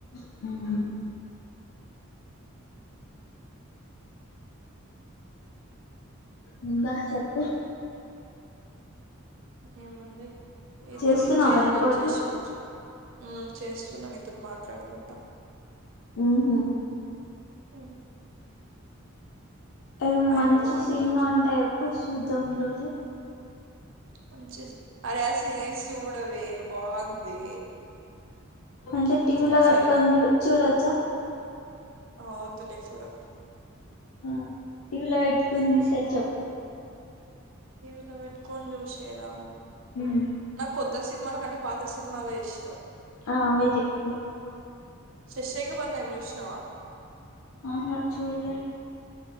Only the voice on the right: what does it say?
ఏముంది ఇది
ఎడిట్ చేయాలి
వచ్చేసి ఈరోజు. ఉ చేస్తున్న నీతో మాట్లాడుకుంటా
హ్మ్
అయిపోవాలి
ఈ రోజు
మంచి అరే ఆ సిరీస్ చూడవే బాగుంది.
స-
సరే
ఆ వద్దులే చూడకు.
టి వీ లా పెట్టుకొని చూశేదా.
నాకు కొత్త సినిమాల కంటే పాత సినిమాలే ఇష్టం.
శశిరేఖపరిణయం చూశినవా?